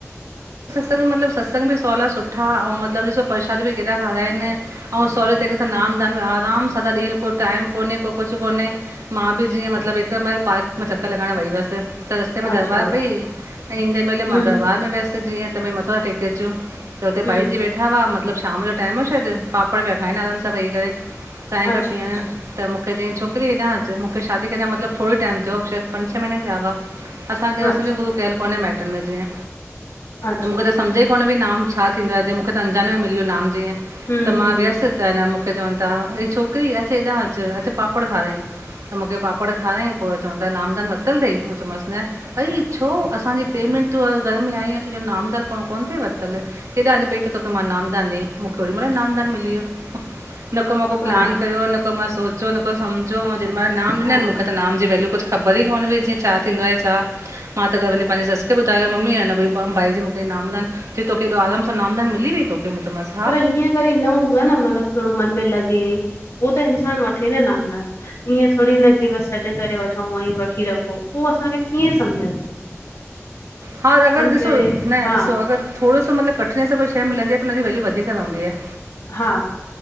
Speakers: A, on the right; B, on the left.
A: सतसंग मतिलबु सतसंग बि सहुला सुठा, अउं मतिलबु ॾिसो प्रसाद बि केॾा खाराइनि ऐं सहुले तरीक़े सां नामदान बि आराम सां ता ॾियन, कोई टाइम कोने को कुछ कोने, मां बि जीअं मतिलबु हिक महिल पार्क में चकर लॻाइण वेई हुयसि त रस्ते में दरबार
B: अच्छा
A: पई, ईंदे महिल
B: हूं
A: मां दरबार में वियस जीअं त भई मथां त टेके अचूं त हुते
B: हूं
A: भाई जी वेठी वेठा हुआ, मतिलबु शाम जो टाइम हो शायदि पापड़ पिया खाइनि आराम सां वेही करे चांहि
B: अच्छा
A: पिया पीअन
B: अच्छा
A: त मूंखे चईं छोकिरी हेॾां अचु, मूंखे शादी खे अञा मतिलबु थोड़ो ई टाइम थियो हो शायदि पंज छह महीना ई थिया हुआ। असांखे असांजो
B: अच्छा
A: गुरु कयल कोन्हे माइटनि में जीअं,
B: अच्छा
A: त मूंखे त सम्झ ई कोन्हे बि नाम छा थींदो आहे, जीअं मूंखे त अंजाने में मिली वियो नाम जीअं
B: हूं
A: त मां
B: हूं
A: वियसि त न मूंखे चवनि ता हे छोकरी, अचु हेॾा अचु अचु पापड़ खारायईं त मूंखे पापड़ खाराईं, पो चवनता नामदान वरितलु तई मूं चयो मांसि न अई छो? असांजे पेमेंट तूं घर में आईं आहिं तुंहिंजो नामदाल कोन तई वरितलु। हेॾा अच पई त तोखे मां नामदान ॾेईं, मूंखे ओॾी महिल नामदान मिली वियो। न को मां को
B: हा
A: प्लान कयो, न को मां सोचो, न को सम्झो, ऐं जेॾी महिल नाम ॾिनानि
B: हा
A: मूंखे त नाम जी वैल्यू कुछ ख़बर ई कोन हुई, जीअं छा थींदो आहे छा? मां त घर
B: हा
A: वञी पंहिंजी ससु खे ॿुधायो मम्मी आ न भई पाम भाई जी मूंखे नामदान, चयईं तोखेे एॾो आराम सां नामदान मिली वयई तोखे मूं चयोमांसि हा
B: पर हीअं वरी न हूंदो आ न मतिलबु थोड़ो मन में लॻे, उ त इंसानु वठे न नामदान। ईअं थोड़ी न की बसि सॾु करे वठऊं ऐं वठी रखो, पो असांखे कीअं सम्झ अचे?। <inaudible>
A: हा त अगरि
B: पहिरें
A: ॾिसो, न
B: हा
A: ॾिसो अगरि थोड़ो सो मतिलबु कठिन सां कोई शइ मिलंद आ त हुनजी वैल्यू वधीक रवंदी आहे।
B: हा,